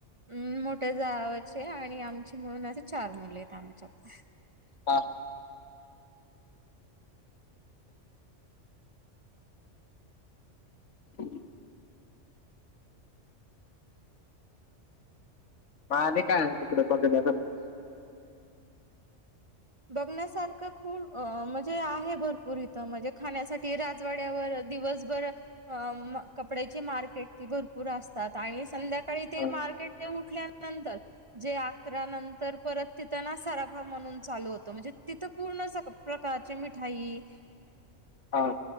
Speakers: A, on the right; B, on the left.
A: हम्म, मोठ्या जावाचे आणि आमचे मिळून असे चार मुलेत आमच्यात.
B: हा <inaudible> म आणि काय आहे तिकडे बघण्यासारखं?
A: बघण्यासारखं खू.., अ.. म्हजे आहे भरपूर इथं, म्हजे खाण्यासाठी ते राजवाड्यावर अ दिवसभर अ अ म कपड्याची मार्केट, ती भरपूर असतात आणि संध्याका काळी ते
B: हा
A: मार्केट, ते उठल्यानंतर, जे अकरा नंतर परत तितं ना सराफा म्हनून चालू होत, म्हंजे तितं पूर्ण प्रकारचे मिठाई
B: हां